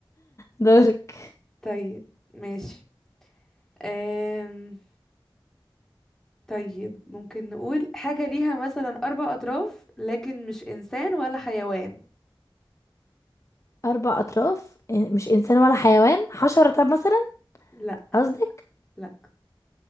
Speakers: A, on the left; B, in the centre.
A: دورك
B: طيب ماشي أم... طيب ممكن نقول حاجة ليها مثلا أربع أطراف لكن مش إنسان ولا حيوان
A: اربع اطراف إن- مش انسان ولا حيوان حشرة طب مثلا
B: لا
A: قصدك
B: لا